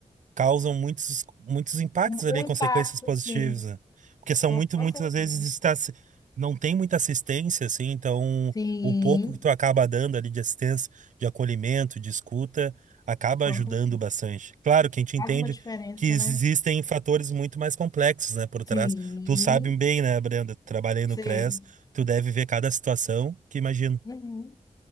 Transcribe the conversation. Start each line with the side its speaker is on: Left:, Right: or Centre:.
Right: causam muitos, muitos impactos
Left: Um,
Right: ali,
Left: um
Right: consequências
Left: impacto,
Right: positivas,
Left: sim,
Right: né? Porque são
Left: com
Right: muito, muitas
Left: certeza.
Right: vezes está, se- não tem muita assistência, assim, então
Left: Sim,
Right: o pouco que tu acaba dando ali de assistência, de acolhimento, de escuta, acaba
Left: Com
Right: ajudando
Left: certeza.
Right: bastante. Claro que a gente entende
Left: Faz uma diferença,
Right: que existem
Left: né?
Right: fatores muito mais complexos, né, por trás.
Left: sim.
Right: Tu sabe bem, né, Brenda, trabalhei
Left: Sei.
Right: no CRES, tu deve ver cada situação que imagino.
Left: Uhum.